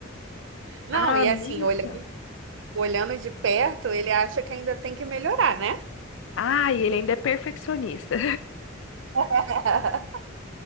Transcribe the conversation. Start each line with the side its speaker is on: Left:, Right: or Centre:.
Right: Não,
Left: Ah,
Right: e
Left: amiga.
Right: assim, olhando,
Left: do céu.
Right: olhando de perto, ele acha que ainda tem que melhorar, né?
Left: Ah, e ele ainda é perfeccionista.
Right: <laughs>